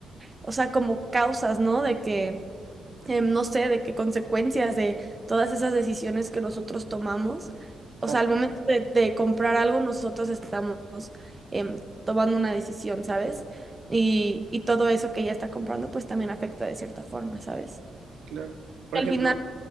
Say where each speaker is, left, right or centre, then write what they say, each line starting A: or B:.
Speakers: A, on the right; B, on the right.
A: o sea, como causas, ¿no? De que em, no sé, de qué consecuencias de todas esas decisiones que nosotros tomamos.
B: exacto,
A: O sea, al momento de, de comprar algo, nosotros estamos em, tomando una decisión, ¿sabes? Y, y todo eso que ella está comprando, pues también afecta de cierta forma, ¿sabes?
B: claro. Por
A: al
B: ejemplo,
A: final,